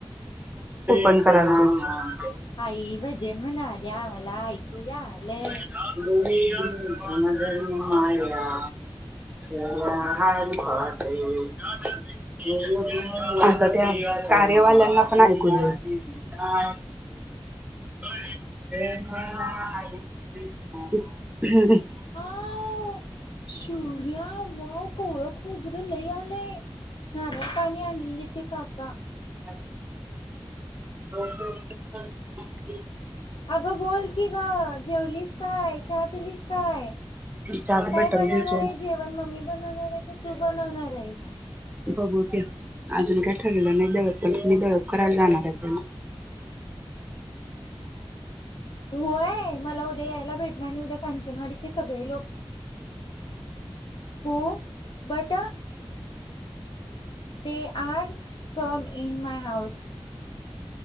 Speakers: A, on the right; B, on the left.
A: <unintelligible>
B: आई भजन म्हणाल्या मला ऐकूया.
A: <unintelligible>
B: आलंय
A: <unintelligible> <unintelligible> हा <unintelligible> <unintelligible> <unintelligible>
B: वाॅव सूर्याव. वाॅव कोवळं खोबर लय आलय नारळ पाणी आणलीलीत. ते काका?
A: <inaudible> <unintelligible>
B: अगं बोल की ग जेवलीस. काय चहा पिलीस काय,
A: त्यात
B: काय
A: बटर
B: बनवणार
A: भिजवून
B: आहे जेवण मम्मी बन वणार आहे की तू बनवणार आहेस.
A: बघू की अजून काय ठरल नाही, दळप तर मी दळप करायला जाणार हाय त्यांना.
B: होय मला उद्या यायला भेटणार आणि उद्या कांचनवाडीचे सगळे हो बट अ! They are come in my house.